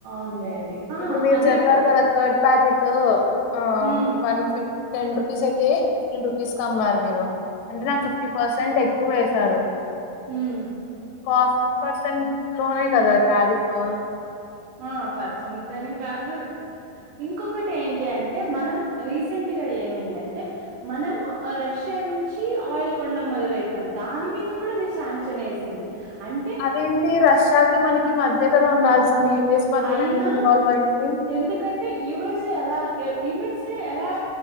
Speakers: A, on the right; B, on the left.
A: ఉన్నాయండి ఆ
B: ఇప్పుడు మీరు
A: అది
B: చెప్పారు
A: ఒక
B: కదా కర్డ్ ప్యాకెటు ఆ
A: మ్
B: వన్ ఫిఫ్ టెన్ రూపీస్ అయితే ఫిఫ్టీన్ రూపీస్ కమ్మారు మీరు అంటే నాకు ఫిఫ్టీ పర్సెంట్ ఎక్కువ వేశారు
A: ఉమ్
B: కాస్ట్ పర్సెంట్ లోనే కదా తారిఫు
A: ఆ పర్సెంటెమి కాదు ఇంకొకటి ఏంటి అంటే మనం రీసెంట్గా ఏమైందంటే మనము రష్యా నుంచి ఆయిల్ కొండం మొదలు వెట్నం దాని మీద కూడ అది శాంక్షన్ ఎసింది అం
B: అదేంటి రష్యాకిి మనకి మధ్య కదా ఉండాల్సింది యుఎస్ మధ్యలో
A: అయినా
B: ఎందుకు ఇన్వాల్వ్ అయింది
A: ఎందుకంటే యుఎస్ ఏ ఎలా యు యుఎస్ఏ ఎలా